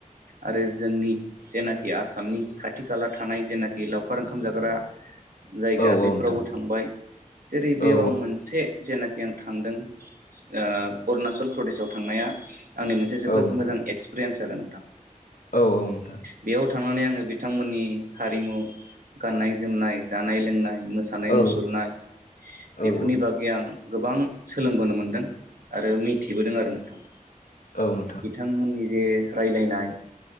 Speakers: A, on the right (about 85°); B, on the left (about 75°).
A: आरो जोंनि जेनाखि दि आसामनि खाथि खाला थानाय जेनाखि लावखार ओंखाम जाग्रा जायगा
B: औ नोंथां औ नोंथां औ
A: बेफोरावबो
B: औ नोंथां
A: थांबाय जेरै बेयाव
B: औ
A: आं मोनसे जेनाखि आं थांदों ओ अरूणाचल प्रदेश आव थांनाया आंनि मोनसे जोबोद
B: औ नोंथां
A: मोजां एक्सपिरियेन्स आरो नोंथां
B: औ नोंथां औ नोंथां
A: बेयाव थांनानै आङो बिथांमोननि हारिमु गाननाय जोमनाय जानाय लोंनाय मोसानाय
B: औ
A: मुसुरनाय बेफोरनि
B: औ
A: बागै आं गोबां सोलोंबोनो मोनदों आरो मिथिबोदों आरो नोंथां
B: औ नोंथां
A: बिथांमोननि जे रायलायनाय